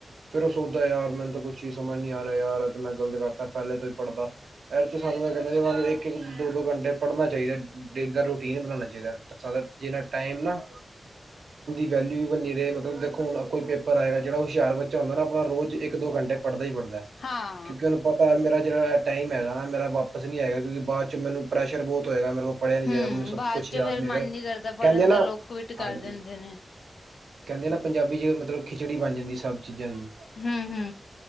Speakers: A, on the right; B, on the left.
A: ਫਿਰ ਉਹ ਸੋਚਦਾ ਯਾਰ ਮੈਨੂੰ ਤਾਂ ਕੁਛ ਚੀਜ਼ ਸਮਝ ਨੀ ਨਹੀਂ ਆ ਰਿਹਾ, ਯਾਰ ਤੇ ਮੈਂ ਗਲਤ ਕਰਤਾ ਪਹਿਲੇ ਤੋਂ ਹੀ ਪੜ੍ਹਦਾ। ਇਹਦੇ 'ਚ ਸਾਨੂੰ ਇਹ ਕਹਿਣਾ, ਇੱਕ-ਇੱਕ ਦੋ-ਦੋ ਘੰਟੇ ਪੜ੍ਹਨਾ ਚਾਹੀਦਾ ਡੇਲੀ ਦਾ ਰੂਟੀਨ ਬਣਾਣਾ ਚਾਹੀਦਾ। ਜਿਨਾ ਟੈਮ ਨਾ, ਵੈਲਿਊ ਵੀ ਬਨੀ ਰਹੇ, ਮਤਲ ਦੇਖੋ ਹੂੰ ਕੋਈ ਪੇਪਰ ਆਏਗਾ, ਜਿਹੜ ਹੁਸ਼ਿਆਰ ਬੱਚਾ ਹੁੰਦਾ ਨਾ ਆਪ ਰੋਜ਼ ਇੱਕ ਦੋ ਘੰਟੇ ਪੜ੍ਹਦਾ ਹੀ ਪੜਦੈ
B: ਹਾਂ
A: ਕੀ ਕੱਲ ਪਤਾ ਮੇਰਾ ਜਿਹੜਾ ਟਾਈਮ ਹੈਗਾ ਨਾਂ, ਮੇਰਾ ਵਾਪਸ ਨੀਂ ਆਏਗਾ ਕਿਉਂਕਿ ਬਾਅਦ ਚ ਮੈਨੂੰ ਪ੍ਰੈਸ਼ਰ ਬਹੁਤ ਹੋਏਗਾ ਮੇਰੇ ਕੋ ਪੜ੍ਹਿਆ ਨੀ
B: ਹੂੰ
A: ਜਾਏਗਾ, ਮੈਨੂੰ ਸਭ
B: ਬਾਅਦ
A: ਕੁਛ
B: ਚੋਂ
A: ਯਾਦ
B: ਫੇਰ
A: ਨਹੀਂ
B: ਮਨ
A: ਹੈਗਾ
B: ਨੀ ਕਰਦਾ
A: ਕਹਿੰਦੇ
B: ਪੜ੍ਹਨ
A: ਨਾ
B: ਦਾ ਲੋਕ ਕੁਵਿਟ ਕਰ
A: ਹਾਂਜੀ।
B: ਦਿੰਦੇ ਨੇ
A: ਕਹਿੰਦੇ ਨਾ ਪੰਜਾਬੀ ਚ ਮਤਲਬ ਖਿਚੜੀ ਬਣ ਜਾਂਦੀ ਸਭ ਚੀਜ਼ਾਂ ਦੀ,
B: ਹੂੰ-ਹੂੰ,